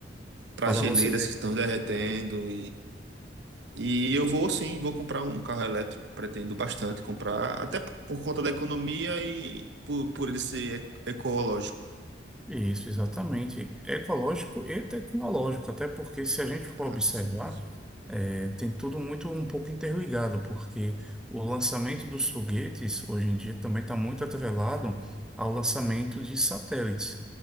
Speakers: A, on the right; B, in the centre.
A: Para
B: Para
A: geleiras
B: você ver.
A: que estão derretendo E eu vou sim, vou comprar um carro elétrico, pretendo bastante comprar, até por, por conta da economia e por, por ele ser e- ecológico.
B: Isso, exatamente. Ecológico e tecnológico, até porque se a gente for
A: Ah,
B: observar,
A: com certeza.
B: eh, tem tudo muito um pouco interligado, porque o lançamento dos foguetes hoje em dia também está muito atrelado ao lançamento de satélites.